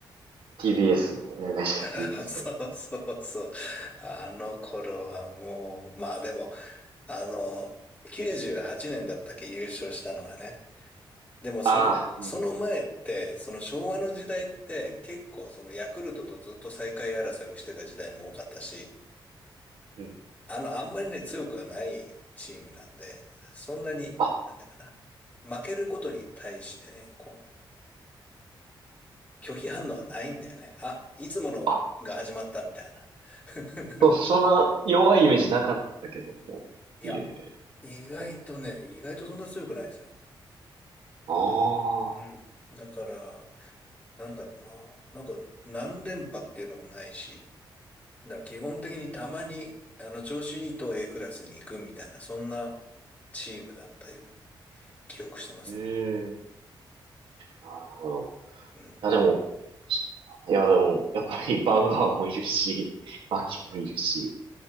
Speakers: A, on the right; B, on the left.
A: TBS の、親会社が
B: <laughs>
A: TBS
B: そうそうそう。
A: だっ
B: あの頃はもう、まあでも、あの、98年だったっけ優勝したのがね。でもその、
A: た。ああ、うん、
B: その前って、その昭和の時代って結構そのヤクルトとずっと最下位争いをしてた時代も多かったし、
A: うん。
B: あの、あんまりね、強くないチームなんで、そんなに、
A: あ、
B: なんていうかな、負けることに対してね、こう、拒否反応はないんだよね。あ、いつものが始まったみたいな。
A: あ、
B: <laughs>
A: そ、そんな弱いイメージなかったけども、
B: いや、
A: DNA、
B: 意外とね、
A: 横
B: 意外とそんな強くないですよ。
A: 浜。
B: うん。
A: ああ、
B: だから、なんだろうな。なんか、何連覇っていうのもないし、だから基本的にたまに、あの、調子いいと A クラスに行くみたいな、そんなチームだったように記憶してますね。
A: うん。なるほど。
B: うん。
A: いや、でも、そういや、でも、やっぱりバウアーもいるし、マキもいるし、